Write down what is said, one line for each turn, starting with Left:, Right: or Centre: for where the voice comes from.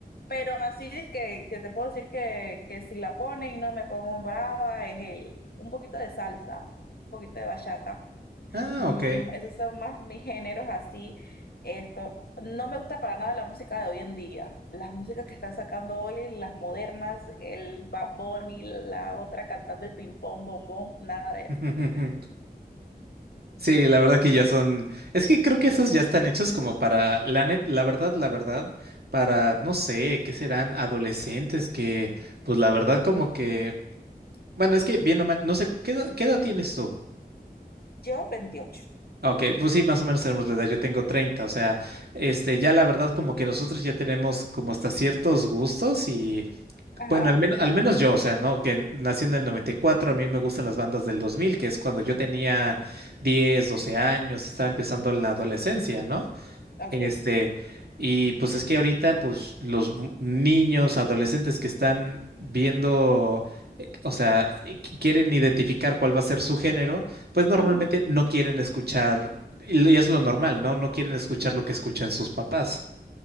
Left: Pero así es que, que te puedo decir que, que si la ponen, no me pongo brava, es el, un poquito de salsa, un poquito de bachata.
Right: Ah,
Left: Mm,
Right: ok.
Left: esos son más mis géneros así. Esto, no me gusta para nada la música de hoy en día. Las músicas que están sacando hoy, las modernas, el Bad Bunny, la otra cantando el ping pong, bombón, nada de eso.
Right: <laughs>
Left: <laughs>
Right: Sí, la verdad que ya son. Es que creo que esos ya están hechos como para, la net, la verdad, la verdad, para, no sé, ¿qué serán? Adolescentes que, pues la verdad, como que. Bueno, es que bien o mal, no sé, ¿qué edad, qué edad tienes tú?
Left: Yo veintiocho
Right: Ah, Ok, pues sí, más o menos tenemos la edad. Yo tengo treinta o sea, este, ya la verdad, como que nosotros ya tenemos como hasta ciertos gustos y
Left: Ajá,
Right: Bueno, al menos, al menos yo, o sea, ¿no? Que nací en el 94, a mí me gustan las bandas del 2000, que es cuando yo tenía 10, 12 años, estaba empezando la adolescencia, ¿no?
Left: ok.
Right: Este, y pues es que ahorita, pues los bu- niños, adolescentes que están viendo, eh, o sea, eh, qui- quieren identificar cuál va a ser su género, pues normalmente
Left: Ujú,
Right: no quieren escuchar, y lo- y es lo normal, ¿no? No quieren escuchar lo que escuchan sus papás.